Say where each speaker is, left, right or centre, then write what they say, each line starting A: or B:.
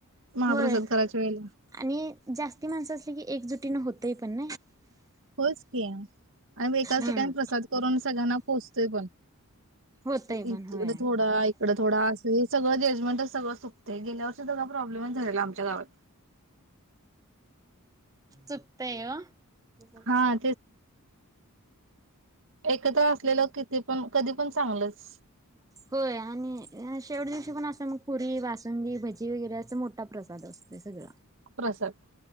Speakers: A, on the right; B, on the right.
A: महाप्रसाद
B: होय
A: करायच्या वेळेला
B: आणि जास्ती माणसं असली की एकजुटीन होत ते पण
A: होच क आणि मी एकाच
B: हम्म
A: ठिकाणी प्रसाद करून सग्यांना पोचो ते पण
B: होतंय
A: इकडे
B: पण होय
A: थोडा इकडं थोडं असे सगळ जजमें सग सुक गे प्रॉ बलंमन झाले आच्या गावात
B: <inaudible> तेव हो
A: हा एकदा असलेलं किती पण कधी पण चांगलंच
B: होय आणि शेवट दिवशी पण असं मग पुरी बसुंदी भजी वगैरे याचा मोठा प्रसाद असतोय सगळां
A: प्रसाद